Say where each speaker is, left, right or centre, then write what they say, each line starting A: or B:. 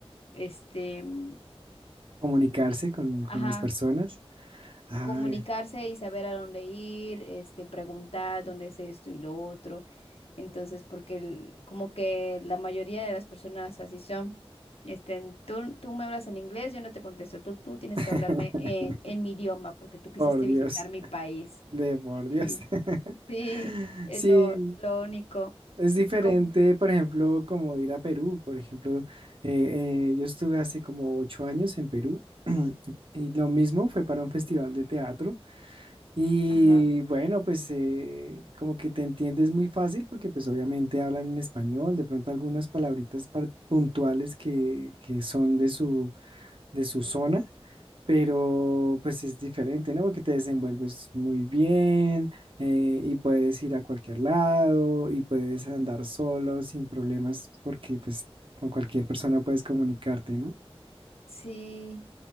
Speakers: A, on the left (about 70°); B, on the right (about 55°).
A: este, mm,
B: Comunicarse con, con
A: ajá,
B: las personas. Ah,
A: comunicarse y saber a dónde ir, este, preguntar dónde es esto y lo otro. Entonces, porque el- como que la mayoría de las personas así son. Este, tú, tú me hablas en inglés, yo no te contesto. Tú, tú tienes
B: <laughs>
A: que hablarme en, en mi idioma porque tú quisiste
B: Por Dios,
A: visitar mi país.
B: de por
A: Y
B: Dios. <laughs>
A: sí, es
B: Sí,
A: lo, lo único.
B: es diferente,
A: Y como,
B: por ejemplo, como ir a Perú. Por ejemplo, eh, eh, yo estuve hace como ocho años en Perú <clears throat> y lo mismo fue para un festival de teatro. Y
A: ajá,
B: bueno, pues eh, como que te entiendes muy fácil porque pues obviamente hablan en español, de pronto algunas palabritas par- puntuales que, que son de su, de su zona. pero pues es diferente, ¿no? Porque te desenvuelves muy bien eh, y puedes ir a cualquier lado y puedes andar solo sin problemas porque pues con cualquier persona puedes comunicarte, ¿no?
A: sí,